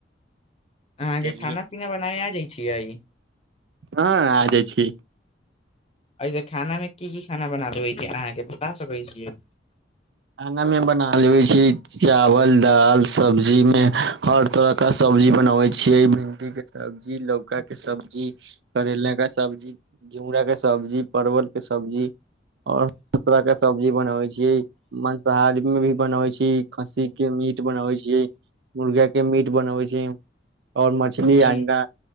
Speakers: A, on the left (about 35°); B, on the right (about 75°).
A: अहाँके
B: चलिये
A: खाना पीना बना आ जाय छिय
B: हं आ जाइ छी
A: एहिऐसे खाना में की की खाना बना देै अहाँके बता सकैत छी
B: खाना में बना लेे छी चावल दाल सब्जी मे हर तरह सब्जी बनाबे छियै भिंडी के सब्जी लौका के सब्जी करेला के सब्जी घिउरा क सब्जी परवल के सब्जी और तरह के सब्जी बनाबै छियै खाद में भी बनबै छै खस्सी के मीट बनाबै छी मुर्गा के मीट बनवे छी और मछली
A: जी
B: अंडा